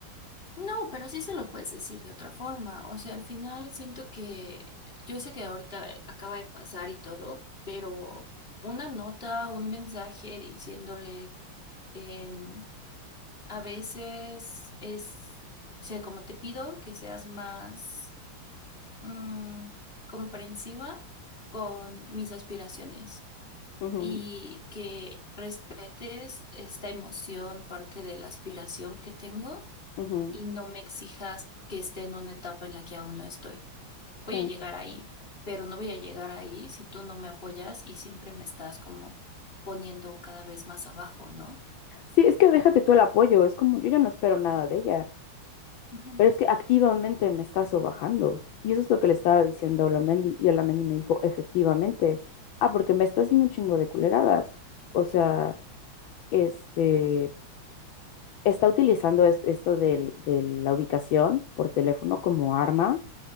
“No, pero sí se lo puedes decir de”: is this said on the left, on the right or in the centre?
Left